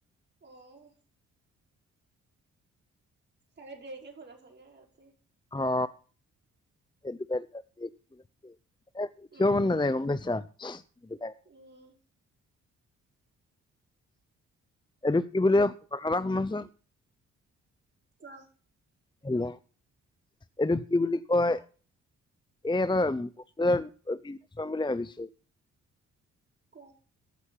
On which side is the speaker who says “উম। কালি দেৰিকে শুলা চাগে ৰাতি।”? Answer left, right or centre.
Right